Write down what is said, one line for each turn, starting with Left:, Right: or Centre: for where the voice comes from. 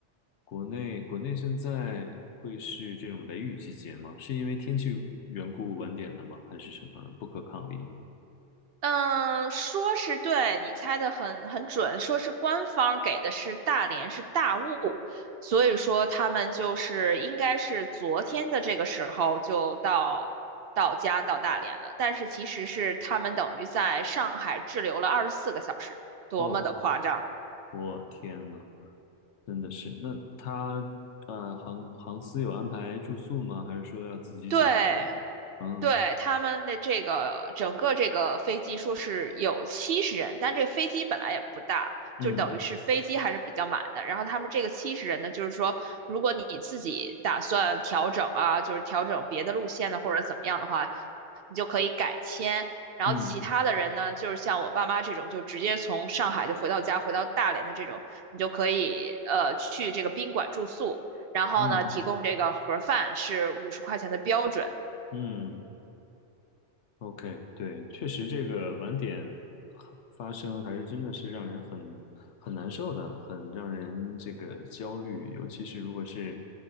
Left: 国内国内现在会是这种雷雨季节吗？是因为天气缘故晚点的吗？还是什么不可抗力？
Right: 嗯，说是对，你猜的很很准，说是官方给的是大连是大雾，所以说他们就是应该是昨天的这个时候就到到家到大连了，但是其实是他们等于在上海滞留了二十四个小时，多么的夸张！
Left: 哦，我天呐，真的是。那他呃，航航司有安排住宿吗？还是说要自己解决？
Right: 对，
Left: 啊，
Right: 对，他们的这个整个这个飞机说是有七十人，但这飞机本来也不大，
Left: 嗯
Right: 就等于是飞机还是比较满的。然后他们这个七十人呢，就是说，如果你自己打算调整啊，就是调整别的路线呢，或者怎么样的话，你就可以改签。然后其他的人呢，
Left: 嗯
Right: 就是像我爸妈这种，就直接从上海就回到家，回到大连的这种，你就可以呃去这个宾馆住宿。然后呢，
Left: 嗯
Right: 提供这个盒饭是五十块钱的标准，
Left: 嗯 OK，对，确实这个晚点发生还是真的是让人很很难受的，很让人这个焦虑，尤其是如果是